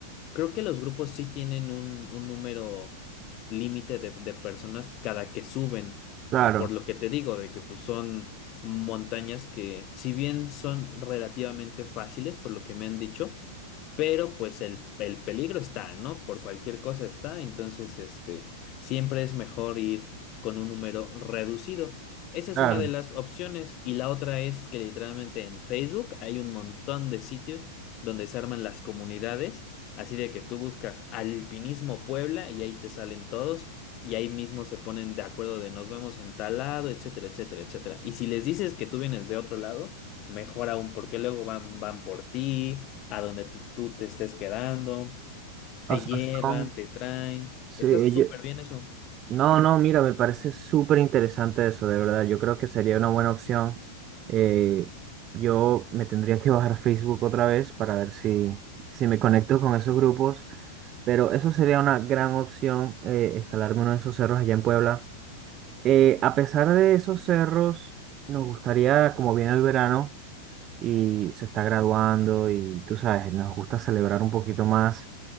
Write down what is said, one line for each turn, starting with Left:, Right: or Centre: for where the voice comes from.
Left: Creo que los grupos sí tienen un, un número límite de, de personas cada que suben,
Right: Claro,
Left: por lo que te digo, de que pues, son montañas que, si bien son relativamente fáciles, por lo que me han dicho, pero pues el, el peligro está, ¿no? Por cualquier cosa está, entonces este, siempre es mejor ir con un número reducido. Esa
Right: claro.
Left: es una de las opciones y la otra es que literalmente en Facebook hay un montón de sitios donde se arman las comunidades Así de que tú buscas Alpinismo Puebla y ahí te salen todos y ahí mismo se ponen de acuerdo de nos vemos en tal lado, etcétera, etcétera, etcétera. Y si les dices que tú vienes de otro lado, mejor aún porque luego van, van por ti, a donde tú, tú te estés quedando,
Right: O
Left: te
Right: sea,
Left: llevan,
Right: son,
Left: te traen.
Right: sí,
Left: Está
Right: ellos-
Left: súper bien eso.
Right: No, no, mira, me parece súper interesante eso, de verdad. Yo creo que sería una buena opción. Eh, yo me tendría que bajar Facebook otra vez para ver si, si me conecto con esos grupos. Pero eso sería una gran opción, eh, escalarme uno de esos cerros allá en Puebla. Eh, a pesar de esos cerros, nos gustaría, como viene el verano y se está graduando y tú sabes, nos gusta celebrar un poquito más,